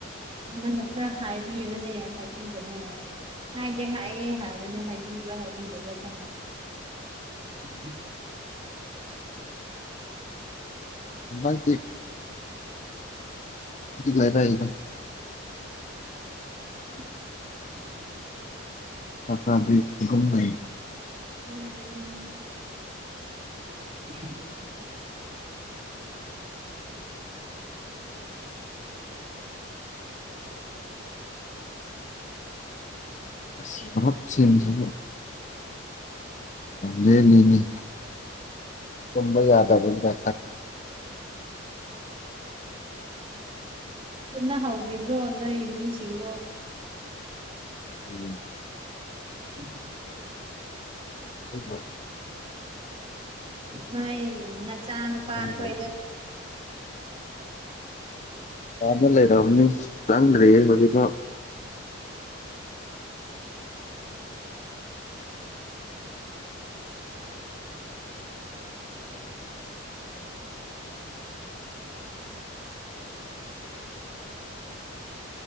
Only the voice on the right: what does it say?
ꯅꯪꯅ ꯈꯔ ꯍꯥꯏꯕꯤꯔꯣꯅꯦ ꯍꯥꯏꯕꯤ ꯍꯥꯏꯕꯅꯦ ꯍꯥꯏꯒꯦ ꯍꯥꯏꯌꯦꯦ ꯍꯥꯏꯕꯅꯦ ꯍꯥꯏꯕꯤꯕ꯭ꯔꯥ ꯍꯥꯏꯕꯤꯗꯕ꯭ꯔꯥ ꯈ ꯎꯝ
<unintelligible>
ꯍꯔ ꯎꯝ <inaudible>
ꯆꯨꯝꯅ ꯍꯧꯗ꯭ꯔꯤꯕ꯭ꯔꯣ ꯅꯣꯏ ꯃꯤꯁꯤꯡꯗꯣ꯫
ꯎꯝ
ꯅꯣꯏ ꯅꯆꯥ ꯅꯨꯄꯥ
ꯑꯩꯈꯣꯏꯗ